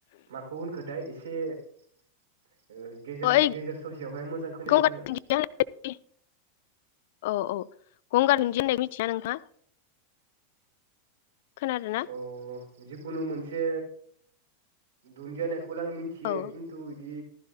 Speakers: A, on the right; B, on the left.
A: माखौ होनखो दा एसे ओ गेजेर
B: ओइ
A: गेजेर ससेयावहाय मोजां खोनायासै
B: गंगार
A: आङो
B: दुन्दिया होननाय औ औ गंगारहन्दि होननाय मिथिया नोंहा? खोनादोंना?
A: अ जिखुनु मोनसे दुन्दियाना <unintelligible> आं मिथियो
B: औ
A: खिन्थु बिदि